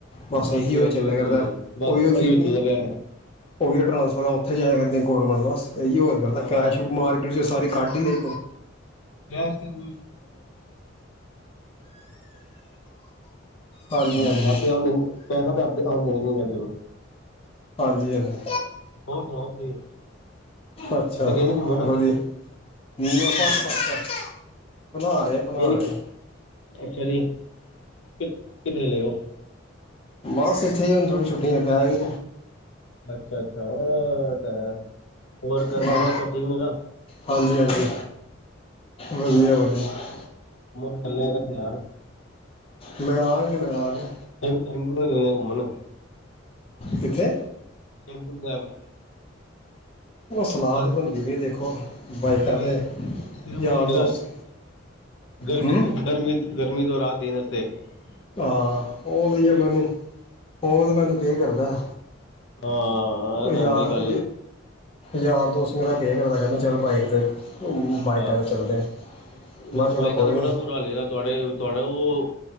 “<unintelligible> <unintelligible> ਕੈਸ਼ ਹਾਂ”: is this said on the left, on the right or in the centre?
Left